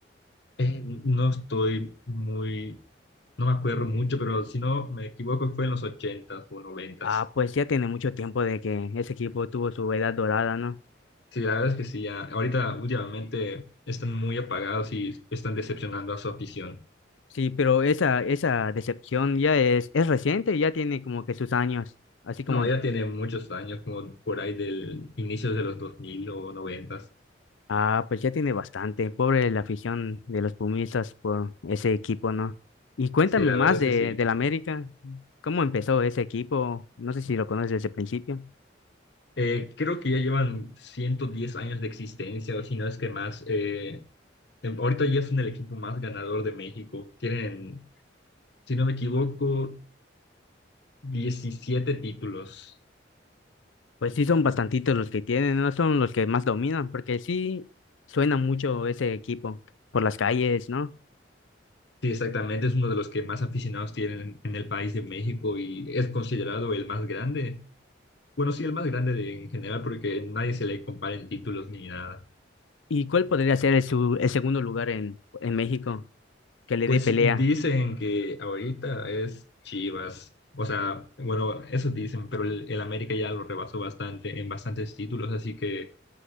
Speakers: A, on the left; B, on the left.
A: Eh, no estoy muy, no me acuerdo mucho, pero si no me equivoco fue en los ochentas o noventas
B: Ah, pues ya tiene mucho tiempo de que ese equipo tuvo su edad dorada, ¿no?
A: Sí, la verdad es que sí, ya, ahorita últimamente están muy apagados y están decepcionando a su afición.
B: Sí, pero esa, esa decepción ya es, es reciente, ya tiene como que sus años, así como
A: No, ella tiene muchos años, como por ahí del inicio de los 2000 o noventas
B: Ah, pues ya tiene bastante. Pobre la afición de los Pumistas por ese equipo, ¿no? Y cuéntame
A: Sí, la
B: más
A: verdad
B: de,
A: es que sí.
B: del América. ¿Cómo empezó ese equipo? No sé si lo conoces desde el principio.
A: Eh, creo que ya llevan 110 años de existencia, o si no es que más. Eh, em- ahorita ya son el equipo más ganador de México. Tienen, si no me equivoco, 17 títulos.
B: Pues sí, son bastantitos los que tienen, no son los que más dominan, porque sí suena mucho ese equipo por las calles, ¿no?
A: Sí, exactamente, es uno de los que más aficionados tienen en, en el país de México y es considerado el más grande. Bueno, sí, el más grande de- en general porque nadie se le compara en títulos ni nada.
B: ¿Y cuál podría ser el, su- el segundo lugar en, en México que le
A: Pues
B: dé pelea?
A: dicen que ahorita es Chivas. O sea, bueno, eso dicen, pero el, el América ya lo rebasó bastante en bastantes títulos, así que